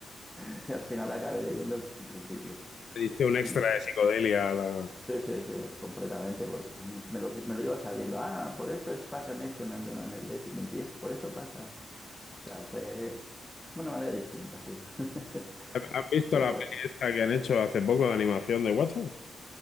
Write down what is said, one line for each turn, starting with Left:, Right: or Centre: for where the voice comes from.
Centre: <laughs> y al final acabé leyendo el, el principio.
Left: Le diste un extra
Centre: Sí.
Left: de psicodelia a la...
Centre: Sí, sí, sí, completamente, porque vamos, me lo, me lo iba sabiendo. Ah, por esto es, pasa en esto en el, en el décimo, y esto- por esto pasa. O sea, fue una manera distinta, sí. <laughs>
Left: ¿Has has visto
Centre: Pero
Left: la
Centre: bueno,
Left: peli esta que han hecho hace poco de animación de Watchmen?